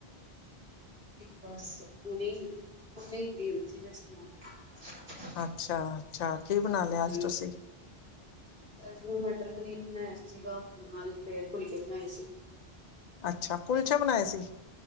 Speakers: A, on the right; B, on the left.
A: ਬਸ। ਹੁਣੇ ਹੁਨ ਫੀ ਹੋਈ ਸੀ ਰਸਟੇ ਕਰ ਰਹੇ ਸੀ।
B: ਅੱਛਾ ਅੱਛਾ ਕੀ ਬਣਾ
A: ਹਾਂਜੀ।
B: ਲਿਆ ਅੱਜ ਤੁਸੀਂ
A: ਅੱਜ ਮੈਂ ਮਟਰ ਪਨੀਰ ਬਣਾਇਆ ਸੀਗਾ। ਨਾਲ ਫਿਰ ਫੁਲਕੇ ਬਣਾਏ ਸੀ।
B: ਅੱਛਾ ਕੁਲਚੇ ਬਣਾਏ ਸੀ।